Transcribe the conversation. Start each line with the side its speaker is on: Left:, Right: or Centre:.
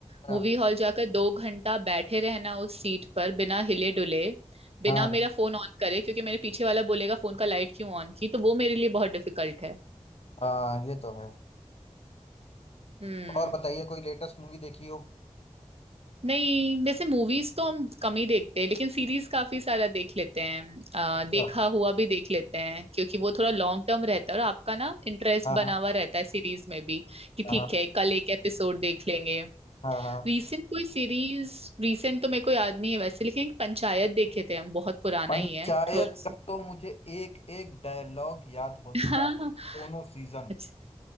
Left: हाँ
Right: मूवी हॉल जाकर दो घंटा बैठे रहना उस सीट पर बिना हिले डुले बिना
Left: हाँ
Right: मेरा फोन ऑन करे क्योंकि मेरे पीछे वाला बोलेगा फोन का लाइट क्यों ऑन की तो वो मेरे लिए बहुत डिफिकल्ट है
Left: हाँ ये तो है
Right: हम्म
Left: और बताइए कोई लेटेस्ट मूवी देखी हो
Right: नहीं वैसे मूवीज तो हम कम ही देखते हैं लेकिन सीरीज काफी सारा देख लेते हैं अ,
Left: अच्छा
Right: देखा हुआ भी देख लेते हैं क्योंकि वो थोड़ा लॉन्ग टर्म रहता है और आपका ना इंटरेस्ट
Left: हाँ
Right: बना हुआ रहता है सीरीज में भी कि
Left: हाँ
Right: ठीक है कल एक एपिसोड देख लेंगे
Left: हाँ हाँ
Right: रीसेंट कोई सीरीज रीसेंट तो मेरे को याद नहीं है वैसे लेकिन एक पंचायत देखे थे हम बहुत पुराना
Left: पंचायत
Right: ही है थर्ड से
Left: का तो मुझे एक एक डायलॉग याद हो
Right: <laughs>
Left: चुका
Right: हाँ
Left: है दोनों सीजन
Right: अच्छा